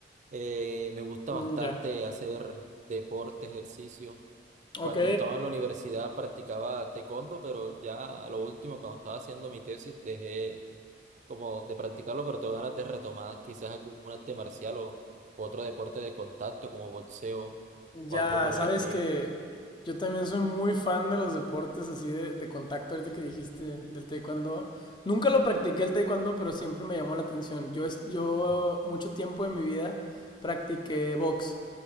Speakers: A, on the right; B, on the left.
A: Eh, me gusta
B: Mm,
A: bastante
B: ya.
A: hacer deporte, ejercicio.
B: Ok,
A: Cuando estaba en la universidad practicaba taekwondo, pero ya a lo último, cuando estaba haciendo mi tesis, dejé como de practicarlo, pero tengo ganas de retomar quizás algún arte marcial o otro deporte de contacto como boxeo
B: Ya,
A: o algo por
B: sabes
A: el estilo.
B: que yo también soy muy fan de los deportes así de, de contacto, ahorita que dijiste del taekwondo. Nunca lo practiqué el taekwondo, pero siempre me llamó la atención. Yo, es- yo mucho tiempo de mi vida practiqué box.